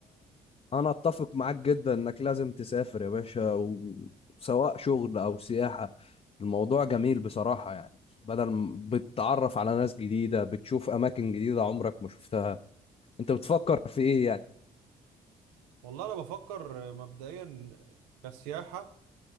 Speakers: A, on the left; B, on the right.
A: انا اتفق معاك جدا انك لازم تسافر يا باشا و- سواء شغل او سياحه الموضوع جميل بصراحه يعني بدل ما بتتعرف على ناس جديده بتشوف اماكن جديده عمرك ما شفتها انت بتفكر في ايه يعني
B: والله انا بفكر مبدئيا كسياحة